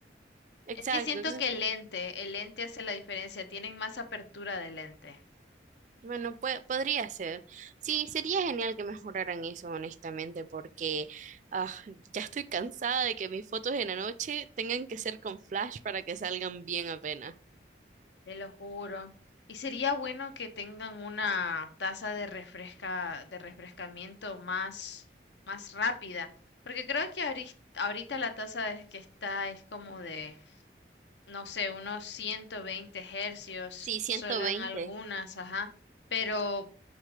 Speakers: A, on the right; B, on the left.
A: Exacto.
B: Es que siento
A: Entonces,
B: que el lente, el lente hace la diferencia, tienen más apertura de lente,
A: bueno, pue- podría ser. Sí, sería genial que mejoraran eso, honestamente, porque ah, ya estoy cansada de que mis fotos en la noche tengan que ser con flash para que salgan bien apenas.
B: te lo juro. Y sería bueno que tengan una tasa de refresca, de refrescamiento más, más rápida, porque creo que ahoris- ahorita la tasa de- que está es como de, no sé, unos 120 hercios,
A: Sí, 120.
B: solo en algunas, ajá, pero